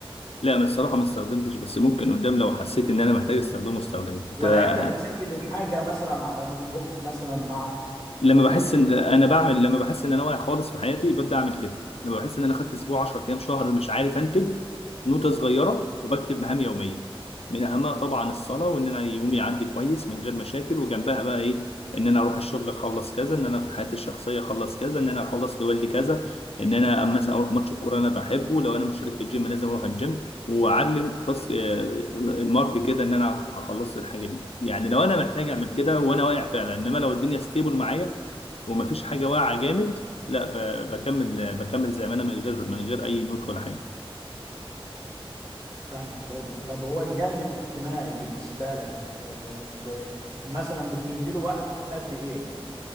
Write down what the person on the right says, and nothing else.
ولا
أنت بتسجل الحاجة مثلا على نوت بوك مثلا معك
دي
تكفي
فاهمك برضو طب هو الجانب الاجتماعي بالنسبة لك آه، ب... مثلا بتديله وقت قد ايه